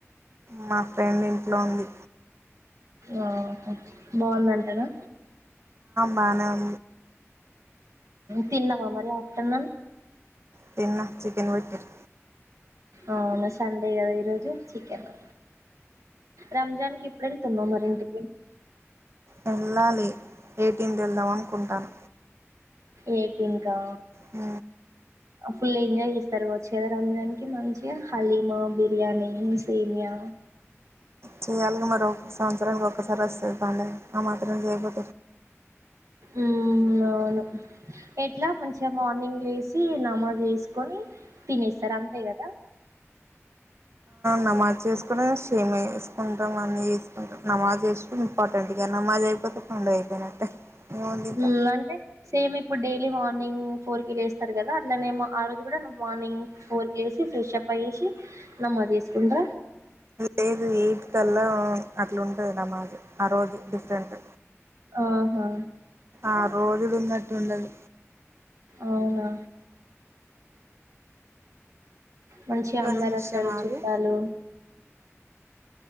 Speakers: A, on the right (about 55°); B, on the right (about 85°).
A: మా ఫ్రెండ్ ఇంట్లో ఉంది
B: ఆ బాగుందంటగా
A: మనం
B: తిన్నవా మరి పట్టన్న
A: తన్నా చికెన్ బట్టర్
B: అవునా సండే కదా ఈ రోజు కే మ రంజాన్ క ఇప్పుడెల్ తన్నా మరింటి
A: వెళ్ళాలి ఏటింటి వెళ్దాం అనుకుంటాను
B: ఎయిటీన్కా
A: ఆ
B: ఫుల్ ఎంజాయ్ చేస్తారు వచ్చదా రంజానికి మంచిగా హలీమా బిర్యానీ సీమయా
A: చేయాలిగా మరి ఒ సంవత్సరానికి ఒక్కసారి వస్తుంది పండి ఆ మాత్రం చేయకంది
B: అ అవును ఎట్లా మంచిగా మార్నింగ్ వేసి నమాోజ్ వసుకొని తినేస్తారు అంతే కదా
A: నమాజ్ చేసుకు క్షేమ వేసుకుంటాం అన్నీ వేసుకుంటాం నమాజ్ వేస్తూ ఇంపార్టెంట్గా నమాజ్ అయిపోతే పండుగ అయిపోయినట్టే ఏముంది ఇంకా
B: మ్మ్ అంటే సేమ్ ఇప్పుడు డైలీ మార్నింగ్ ఫోర్కిి లేేస్తారు కదా అట్లానేమో ఆ రోజు కూడా మార్నింగ్ ఫోర్కిి లేసి ఫ్రెష్ అప్ అయ్యేసి నమ్మో చేసుకుంటా
A: లేదు వట్కల్లా అట్లా ఉంటుంది నమాజు ఆ రోజు డిఫరెంట్
B: ఆహా
A: ఆ రోజుది ఉన్నట్టు ఉండదు
B: అవునా మంచి
A: ఒక్క
B: అందారు
A: నిమిషం
B: వస్తారు
A: ఆగు
B: చుట్టాలు